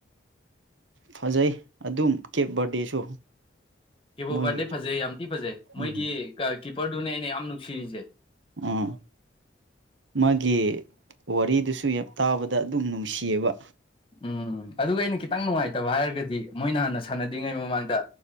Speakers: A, on the right; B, on the left.
A: ꯐꯖꯩ ꯑꯗꯨꯝ ꯀꯦꯞ ꯕꯔꯗꯦꯁꯨ
B: ꯀꯤꯞꯣ
A: ꯃꯣꯏ
B: ꯔꯗꯤ ꯐꯖꯩ ꯌꯥꯝ ꯊꯤ ꯐꯖꯩ ꯃꯣꯏꯒꯤ
A: ꯎꯝ
B: ꯀꯤꯞꯄꯔꯗꯨꯅꯦ ꯑꯩꯅ ꯌꯥꯝ ꯅꯨꯡꯁꯤꯔꯤꯁꯦ
A: ꯑꯥ ꯃꯥꯒꯤ ꯋꯥꯔꯤꯗꯨꯁꯨ ꯌꯥꯝ ꯇꯥꯕꯗ ꯑꯗꯨꯝ ꯅꯨꯡꯁꯤꯌꯦꯕ
B: ꯎꯝ ꯑꯗꯨꯒ ꯑꯩꯅ ꯈꯤꯇꯪ ꯅꯨꯡꯉꯥꯏꯇꯕ ꯍꯥꯏꯔꯒꯗꯤ ꯃꯣꯏꯅ ꯍꯥꯟꯅ ꯁꯥꯟꯅ꯭ꯔꯤꯉꯩ ꯃꯃꯥꯡ ꯗ